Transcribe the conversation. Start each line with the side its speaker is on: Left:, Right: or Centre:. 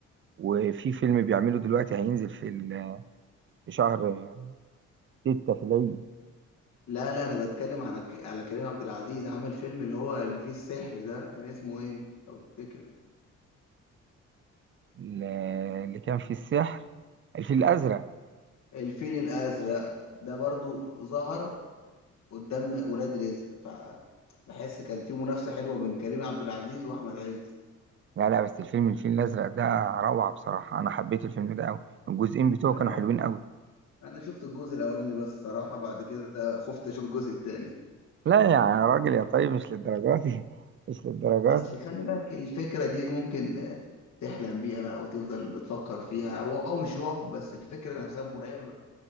Right: وفي فيلم بيعمله دلوقتي هينزل في ال- في شهر ستة في العيد
Left: لا لا أنا بتكلم عن ك- على كريم عبد العزيز عمل فيلم اللي هو اللي فيه السحر ده كان اسمه إيه لو تفتكر
Right: ل- اللي كان فيه السحر الفيل الأزرق
Left: الفيل الأزرق ده برضو ظهر قدام ولاد رزق فبحس كان في منافسة حلوة بين كريم عبد العزيز وأحمد عز
Right: لا لا بس الفيلم الفيل الأزرق ده روعة بصراحة أنا حبيت الفيلم ده أوي الجزئين بتوعه
Left: أنا
Right: كانوا حلوين أوي
Left: أنا شفت الجزء الأولاني بس صراحة بعد كده خفت أشوف الجزء التاني
Right: لا يعني يا راجل يا طيب مش للدرجات دي <laughs> مش للدرجات
Left: اصل
Right: دي.
Left: خلي بالك الفكره دي ممكن آه، تحلم بيها بقى وتفضل بتفكر فيها هو هو مش رعب بس الفكره نفسها مرعبه